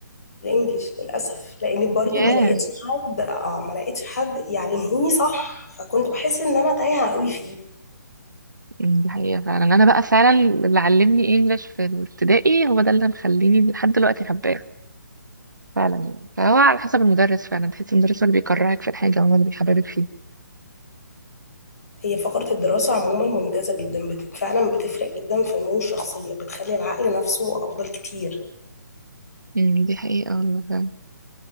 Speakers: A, on the left; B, on the right.
A: الانجليش للاسف لاني برضو
B: ياه
A: ما لقيتش حد اه ما لقيتش حد يعلمهوني صح فكنت بحس ان انا تايهه قوي فيه
B: أمم، دي حقيقة فعلا أنا بقى فعلا اللي علمني إنجلش في الابتدائي هو ده اللي مخليني لحد دلوقتي حباه فعلا يعني فهو على حسب المدرس فعلا تحسي المدرس هو اللي بيكرهك في الحاجة هو اللي بيحببك فيه
A: هي فقرة الدراسة عموما ممتازة جدا بت... فعلا بتفرق جدا في نمو الشخصية بتخلي العقل نفسه أفضل كتير
B: أمم، دي حقيقة والله فعلا